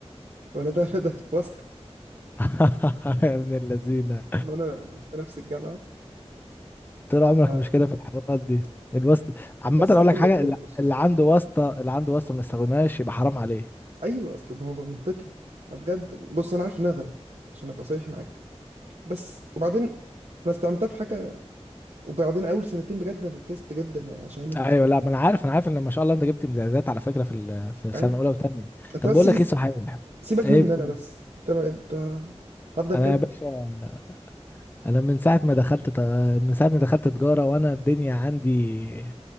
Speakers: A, on the right (about 80°); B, on the left (about 15°).
A: <laughs> ولا ده ولا ده واسطه
B: <laughs> يا ابن اللذينه
A: ما انا في نفس الجامعه
B: طول عمرك
A: ف-
B: مشكله في الحوارات دي الواسطه عامه
A: بس
B: اقول
A: هقول
B: لك حاجه
A: لك
B: اللي
A: بص بص
B: اللي عنده واسطه اللي عنده واسطه ما يستخدمهاش يبقى حرام عليه
A: ايوه اصل ما هو منطقي ما بجد بص انا عارف انها غلط عشان ابقى صريح معاك بس وبعدين انا استعملتها في حاجه وبعدين اول سنتين بجد أنا ركزت جدا يعني عشانه
B: ايوه لا ما انا عارف انا عارف ان ما شاء الله انت جبت امتيازات على فكره في ال- في سنه
A: اي
B: اولى وثانيه
A: انت
B: طب
A: بس
B: بقول
A: سيب-
B: لك ايه صحيح
A: سيبك
B: ايه
A: مني
B: بتقول
A: انا بس انت ما انت هفضل
B: انا
A: اتكلم
B: يا باشا انا من ساعه ما دخلت ت- من ساعه ما دخلت تجاره وانا الدنيا عندي